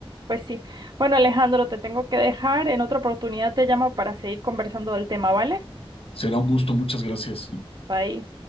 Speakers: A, on the right (about 45°); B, on the left (about 75°).
A: Pues sí. Bueno, Alejandro, te tengo que dejar. En otra oportunidad te llamo para seguir conversando del tema, ¿vale?
B: Será un gusto. Muchas gracias.
A: Bye.